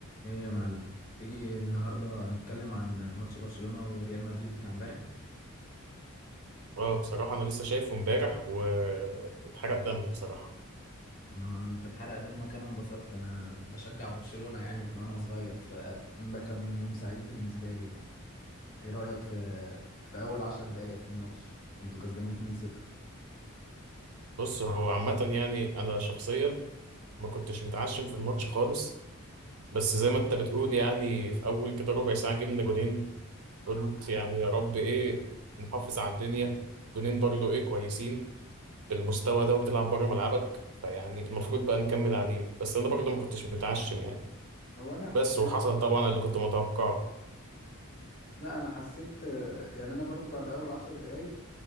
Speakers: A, on the left; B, on the right.
A: ايه يا معلم تيجي النهارده نتكلم عن ماتش برشلونة وريال مدريد بتاع امبارح
B: اه بصراحة أنا لسه شايفه امبارح واتحرق دم بصراحة
A: ما انت اتحرق دمك انا انبسطت انا بشجع برشلونة يعني من وانا صغير فده كان يوم سعيد بالنسبة لي يعني ايه رأيك في في اول عشر دقائق في الماتش كنتوا كسبانين 2-0
B: بص هو عامة يعني أنا شخصيا ما كنتش متعشم في الماتش خالص بس زي ما أنت بتقول يعني في أول كده ربع ساعة جبنا جونين قلت يعني يا رب إيه نحافظ على الدنيا جونين برضو إيه كويسين بالمستوى ده وبتلعب بره ملعبك فيعني المفروض بقى نكمل عليه بس أنا برضو ما كنتش متعشم يعني
A: هو انا
B: بس وحصل
A: أنا-
B: طبعا اللي كنت متوقعه
A: لا انا حسيت يعني انا برضو بعد اول عشر دقائق